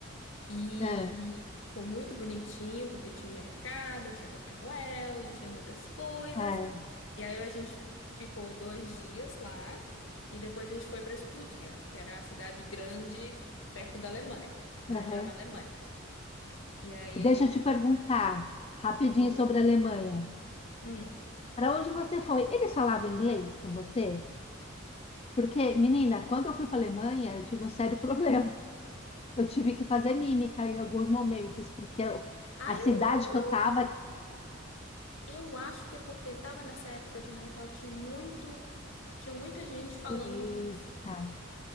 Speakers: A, on the left (about 75°); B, on the left (about 30°).
A: E
B: é,
A: foi muito bonitinho, porque tinha um mercado, tinha Papai Noel e tinha muitas coisas.
B: é,
A: E aí a gente ficou dois dias lá. E depois a gente foi para Stuttgart, que era a cidade grande perto da Alemanha, na,
B: aham.
A: já na Alemanha. E aí,
B: Deixa eu te perguntar rapidinho
A: pergunta.
B: sobre a Alemanha.
A: Hum.
B: Para onde você foi? Eles falavam inglês com você? Porque, menina, quando eu fui para a Alemanha, eu tive um sério <laughs> problema. Eu tive que fazer mímica em alguns momentos, porque eu-
A: Aí
B: a cidade
A: eu
B: que
A: eu,
B: eu estava é
A: eu acho que é porque estava nessa época de Natal, tinha muito, tinha muita gente falando
B: turista.
A: inglês.